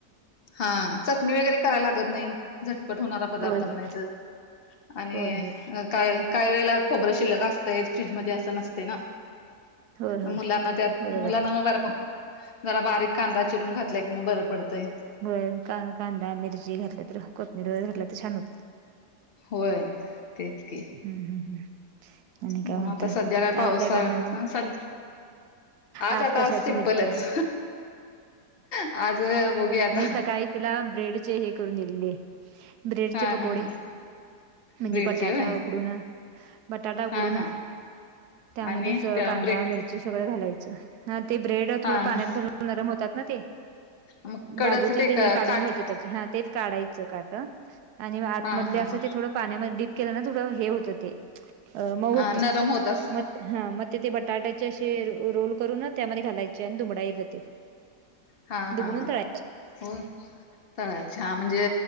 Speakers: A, on the left (about 45°); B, on the right (about 75°).
A: हा, चटणी वगैरे करायला लागत नाही. झटपट होणारा पदार्थ
B: होय, होय.
A: म्हणायचं. आणि
B: होय, होय.
A: काय- काय वेळेला खोबरं शिल्लक असतय फ्रीज मध्ये असं नसते ना.
B: होय, होय.
A: मुलांना, त्या
B: बरोबर
A: मुलां
B: आहे.
A: ब जरा बारीक कांदा चिरून घात- -लं की मग बरं पडतंय.
B: व्हयं कांदा मिरची घातल्या तर कोथमीर घातलं तर छान होतय.
A: होय, तेच की,
B: हम्म हम् हम्, आणि काय
A: मग
B: म्हणताय?
A: आता सध्या पावसाळ
B: आज काय करणार मग?
A: हा सध
B: आज
A: आता
B: कशाची
A: सिम्पलच
B: भजी करणार?
A: आज बघूया आता
B: मी सकाळी तिला ब्रेडचे हे करून दिले, ब्रेडचे
A: हा
B: पकोडे.
A: हा हा
B: म्हणजे
A: ब्रेडची
B: बटाटा
A: होय
B: उकडून बटाटा उकडून
A: हा हा
B: त्यामध्येच
A: आणि त्या
B: कांदा,
A: ब्रेड
B: मिर ची सगळं घालायचं ह ते ब्रेड
A: हा
B: थोडं पाण्यात
A: हा
B: घालून नरम होतात ना ते
A: मग कडच
B: बाबूचे ते हे
A: काट
B: काढून घ्यायचे त्याचे हा तेच काढायचं काट. आणि आतमधले
A: हा हा
B: असं
A: हा
B: ते थोडं पाण्यामध्ये डीप केलं ना थोडं हे होतं ते अ मऊ
A: हा
B: होत
A: नरम होतास
B: म हा म बटाट्याचे असे रोल करून त्यामध्ये घालायचे आणि दुमडायचे ते
A: हा
B: दुमडून
A: हा हा
B: तळा
A: हो तळायचे हा म्हणजे,